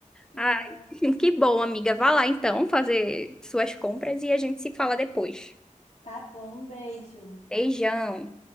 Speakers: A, on the left (about 55°); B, in the centre.
A: É,
B: Ai, <laughs> que bom, amiga. Vá lá então fazer suas compras e a gente se fala depois.
A: Tá bom, um beijo.
B: Beijão.